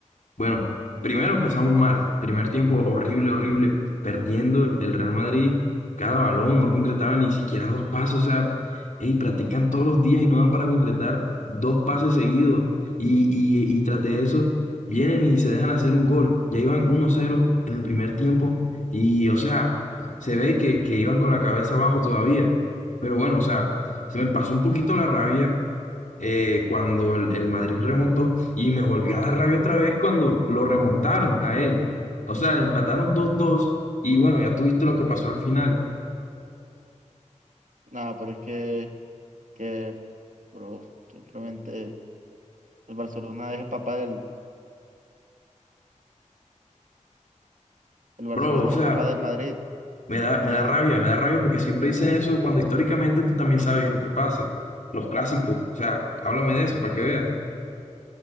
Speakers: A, on the left; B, on the right.
A: Bueno, primero empezamos mal. Primer tiempo horrible, horrible. Perdiendo el, el Real Madrid cada balón, no concretaba ni siquiera dos pasos. O sea, ey, practican todos los días y no dan para concretar dos pases seguidos. Y, y- y tras de eso, vienen y se dejan hacer un gol. Ya iban uno cero en el primer tiempo. Y, o sea, se ve que, que iban con la cabeza abajo todavía. Pero bueno, o sea, se me pasó un poquito la rabia eh, cuando el, el Madrid remontó y me volvió a dar rabia otra vez cuando lo remontaron a él. O sea, le empataron dos dos y bueno, ya tuviste lo que pasó al final.
B: Nada, pero es que, que, bro, simplemente el Barcelona es el papá del, el Barcelona
A: Bro, o sea,
B: es el papá del Madrid
A: me da,
B: y
A: me da
B: ya.
A: rabia, me da rabia porque siempre dicen eso cuando históricamente tú también sabes lo que pasa, los clásicos. O sea, háblame de eso para que veas.